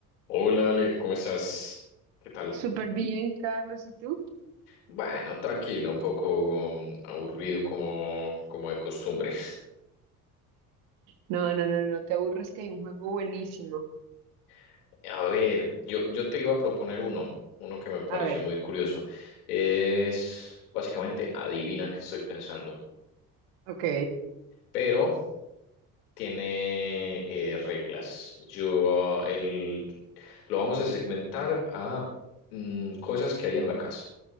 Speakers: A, on the left; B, on the right.
A: Hola Ale, ¿cómo estás? ¿Qué tal?
B: Súper bien, Carlos, ¿y tú?
A: Bueno, tranquilo, un poco mm, aburrido como, como de costumbre.
B: No, no, no, no te aburres que hay un juego buenísimo.
A: <laughs> A ver, yo, yo te iba a proponer uno, uno que me pareció
B: A ver,
A: muy curioso. Es básicamente adivina qué estoy pensando,
B: ok,
A: pero tiene eh, reglas. Yo el, lo vamos a segmentar a mm, cosas que hay en la casa,